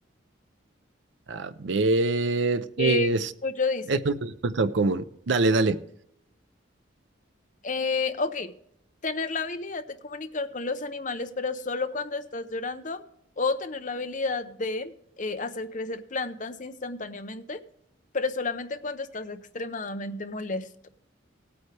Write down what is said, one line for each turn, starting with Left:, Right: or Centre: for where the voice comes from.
Right: A ver, sí,
Left: Eh,
Right: es,
Left: Julio dice,
Right: es una respuesta común. Dale, dale.
Left: eh, ok, tener la habilidad de comunicar con los animales, pero solo cuando estás llorando, o tener la habilidad de eh, hacer crecer plantas instantáneamente, pero solamente cuando estás extremadamente molesto.